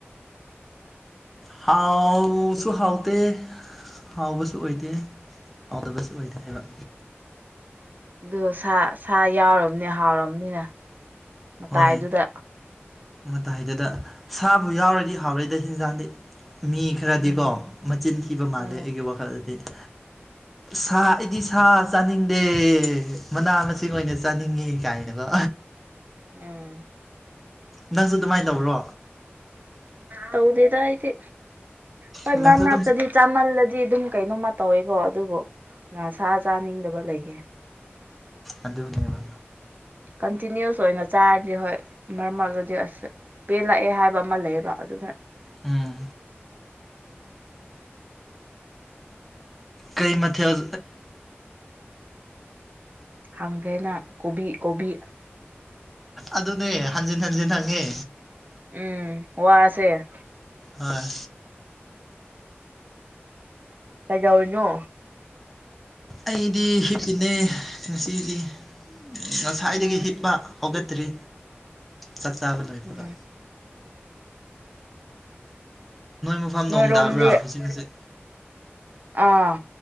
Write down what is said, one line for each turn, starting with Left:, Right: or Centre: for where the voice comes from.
Centre: ꯍꯥꯎꯁꯨ ꯍꯥꯎꯇ ꯍꯥꯎꯕꯁꯨ ꯑꯣꯏꯗꯦ ꯍꯥꯎꯗꯕꯁꯨ ꯑꯣꯏꯗꯦ ꯍꯥꯏꯕ
Right: ꯑꯗꯨ ꯁꯥ ꯁꯥ ꯌꯥꯎꯔꯕꯅꯦ ꯍꯥꯎꯔꯕꯅꯤꯅ ꯃꯇꯥꯏꯗꯨꯗ
Centre: ꯍꯣꯏ ꯃꯇꯥꯏꯗꯨꯗ ꯁꯥꯕꯨ ꯌꯥꯎꯔꯗꯤ ꯍꯥꯎꯔꯦꯏꯗ ꯍꯦꯟꯖꯥꯡꯗꯤ ꯃꯤ ꯈꯔꯗꯤꯀꯣ
Right: ꯎꯝ
Centre: ꯃꯆꯤꯟ ꯊꯤꯕ ꯃꯥꯜꯂꯦ
Right: ꯎꯝ
Centre: ꯑꯩꯒꯤ ꯋꯥꯈꯜꯗꯗꯤꯗꯤ
Right: <inaudible>
Centre: ꯁꯥ ꯑꯩꯗꯤ ꯁꯥ ꯆꯥꯅꯤꯡꯗꯦ ꯃꯅꯥ ꯃꯁꯤꯡ ꯑꯣꯏꯅ ꯆꯥꯅꯤꯡꯉꯤ ꯀꯥꯏꯅꯅꯕ
Right: ꯎꯝ
Centre: ꯅꯪꯁꯨ ꯑꯗꯨꯃꯥꯏꯅ ꯇꯧꯕ꯭ꯔꯣ
Right: ꯇꯧꯗꯦꯗ ꯍꯥꯏꯗꯤ ꯍꯣꯏ
Centre: ꯅꯪꯁꯨ
Right: ꯃꯔꯛ ꯃꯔꯛꯇꯗꯤ
Centre: ꯑꯗꯨꯝ
Right: ꯆꯥꯃꯜꯂꯗꯤ ꯑꯗꯨꯝ ꯀꯩꯅꯣꯝꯃ ꯇꯧꯋꯦꯀꯣ ꯑꯗꯨꯕꯨ ꯁꯥ ꯆꯥꯅꯤꯡꯗꯕ ꯂꯩꯒꯦ
Centre: ꯑꯗꯨꯗꯅꯦꯕ
Right: ꯀꯟꯇꯤꯅꯤꯨꯁ ꯑꯣꯏꯅ ꯆꯥꯔꯗꯤ ꯍꯣꯏ ꯃꯔꯝ ꯑꯣꯏꯗꯤ ꯑꯁ ꯄꯦꯜꯂꯛꯑꯦ ꯍꯥꯏꯕ ꯑꯃ ꯂꯩꯌꯦꯕ ꯑꯗꯨꯒ
Centre: ꯎꯝ ꯀꯩ ꯃꯊꯦꯜ
Right: ꯍꯥꯡꯪꯒꯦꯅ ꯀꯣꯕꯤ ꯀꯣꯕꯤ
Centre: ꯑꯗꯨꯅꯦ ꯍꯟꯖꯤꯟ ꯍꯟꯖꯤꯟ ꯍꯪꯉꯦ
Right: ꯎꯝ ꯋꯥꯁꯦ
Centre: ꯑꯣꯏ
Right: ꯀꯖꯥꯎ ꯑꯣꯏꯅꯣ
Centre: ꯑꯩꯗꯤ ꯍꯤꯞꯄꯤꯅꯦ ꯉꯁꯤꯗꯤ ꯉꯁꯥꯏꯗꯒꯤ
Right: ꯎꯝ
Centre: ꯍꯤꯞꯄ ꯍꯧꯒꯠꯇ꯭ꯔꯤ ꯆꯥꯛ ꯆꯥꯕ ꯂꯣꯏꯕꯒ
Right: ꯎꯝ
Centre: ꯃꯐꯝ
Right: ꯅꯣꯏ
Centre: ꯅꯣꯡ
Right: ꯔꯣꯝꯗ
Centre: ꯇꯥꯕ꯭ꯔꯥ ꯍꯧꯖꯤꯛ ꯍꯧꯖꯤꯛ
Right: ꯑꯥ